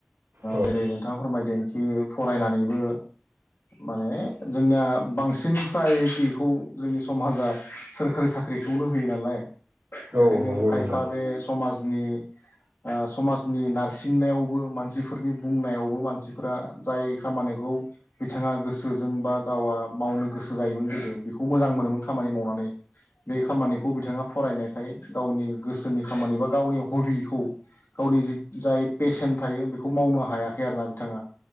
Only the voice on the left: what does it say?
जेरै नोंथाङा फोरमायदोंखि फरायनानैबो माने जोंनाया बांसिन प्रायरिटिखौ जोंनि समाजा सोरखारि साख्रि साख्रिखौनो होयो नालाय ।
बेखायनो
खायफा
बे समाज दिनै समाजनि नारसिननायावबो मानसिफोरनि बुंनायावबो मानसिफोरा जाय खामानिखौ बिथाङा गोसोजों बा गावा मावनो गोसो जायोमोन गोदो बेखौ मोजां मोनोमोन खामानि मावनानै बे खामानिखौ बिथाङा फरायनायखाय गावनि गोसोनि खामानि बा गावनि हबिखौ गावनि जि जाय पेसन थायो बेखौ मावनो हायाखै आरोना बिथाङा ।